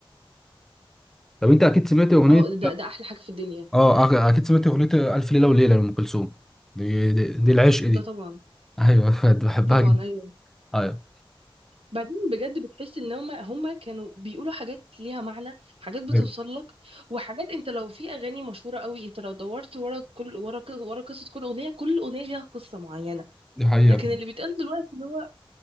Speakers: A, in the centre; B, on the right.
A: طب انت اكيد سمعت اغنيه
B: اه ده ده ده احلى حاجه في الدنيا
A: اه أك- اكيد سمعت اغنيه الف ليله وليله لام كلثوم دي, دي, دي العشق
B: ده
A: دي
B: طبعا
A: ايوه <laughs> بجد بحبها
B: طبعا
A: جدا
B: ايوه
A: ايوه
B: بعدين بجد بتحس ان هما هما كانوا بيقولوا حاجات ليها معنى حاجات بتوصل
A: ايوه
B: لك وحاجات انت لو في اغاني مشهوره قوي انت لو دورت ورا كل ورا ك- ورا قصه كل اغنيه كل اغنيه ليها قصه معينه
A: دي حقيقه
B: لكن
A: فعلا.
B: اللي بيتقال دلوقتي اللي هو